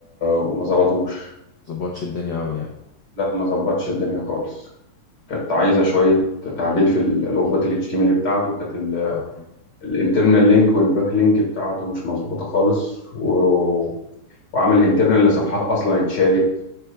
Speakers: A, on the left; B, on the left.
A: وما ظبطوش
B: ظبطش الدنيا قوي يعني
A: لا ما ظبطش الدنيا خالص كانت عايزه شويه تعديل في ال- لغه ال HTML بتاعته كانت
B: اه
A: الانترنال لينك والباك لينك بتاعته مش مظبوطه خالص و... وعامل انترنال لصفحات اصلا اتشالت